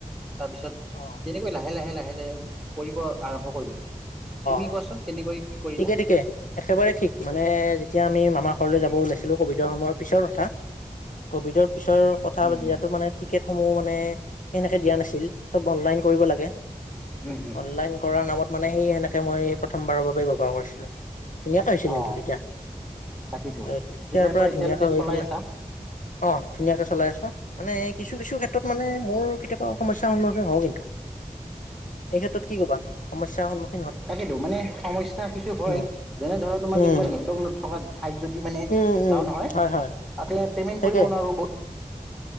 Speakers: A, in the centre; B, on the left (about 70°).
A: তাৰপিছত
B: অ
A: তেনেকৈ লাহে লাহে লাহে কৰিব আৰম্ভ কৰিলো তুমি
B: অ
A: কোৱাচোন কেনেকৈ কৰিলা?
B: ঠিকে ঠিকে একেবাৰে ঠিক মানে যেতিয়া আমি মামা ঘৰলৈ যাব ওলাইছো কভিডৰ সময়ৰ পিছত তথা কভিডৰ পিছৰ কথা
A: উম উম
B: যাতো মানে টিকেট সমূহ মানে এনেকে দিয়া নাছিল চব অনলাইন কৰিব লাগে
A: উম উম
B: অনলাইন কৰাৰ নামত মানে সেই সেনেকে মই প্ৰথমবাৰৰ বাবে ব্যৱহাৰ কৰিছিলো ধুনাকে হৈছিল
A: অ
B: কিন্তু তেতিয়া
A: তাকেইতো
B: তে
A: তেতিয়াৰ
B: ইয়াৰ পৰা
A: এতিয়ালৈকে
B: ধুনীয়াকে হৈ
A: চলাই
B: পালে
A: আছা?
B: অ ধুনীয়াকে চলাই আছো মানে কিছু কিছু ক্ষেত্ৰত মানে মোৰ কেতিয়াবা সমস্যাৰ সন্মুখীন হওঁ কিন্তু এই ক্ষেত্ৰত কি কবা সমস্যাৰ সন্মুখ
A: তাকেইেতো মানে সমস্যা কিছু হয়
B: উম
A: যেনে ধৰ তোমাৰ
B: উম
A: কেতিয়াবা নট নথকা ঠাই যদি মানে
B: উম উম
A: যাওঁ নহয়
B: হয় হয়
A: তাতে পেমেন্ট
B: তাকে
A: কৰিব নোৱাৰো ব